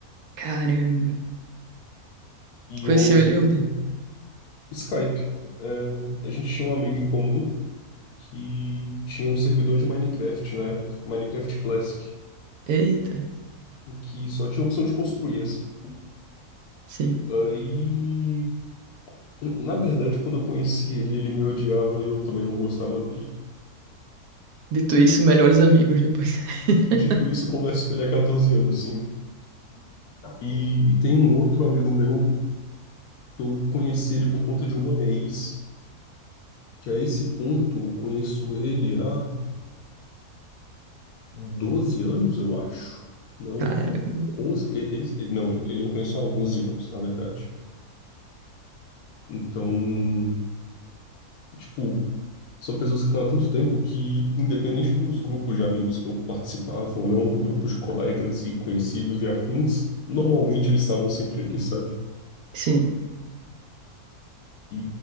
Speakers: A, on the right (about 75°); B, on the left (about 80°).
A: caramba.
B: e
A: Conheceu
B: outro,
A: ele onde?
B: Skype. É, a gente tinha um amigo em comum que tinha um servidor de Minecraft na época, Minecraft Classic,
A: Eita,
B: o que só tinha a opção de construir, assim.
A: sim.
B: Aí, na verdade, quando eu conheci ele, ele me odiava e eu também não gostava dele.
A: Dito isso, melhores amigos depois. <laughs>
B: Dito isso, eu converso com ele há 14 anos, sim. E, e tem um outro amigo meu, eu conheci ele por conta de uma ex. que a esse ponto eu conheço ele há 12 anos, eu acho. Não,
A: Cara,
B: 11 e- e- e- não, ele eu conheço há 11 anos, na verdade. Então, tipo, são pessoas que estão há tanto tempo que, independente dos grupos de amigos que eu participava ou não, grupos de colegas e conhecidos e afins, normalmente eles estavam sempre ali, sabe?
A: sim,
B: E,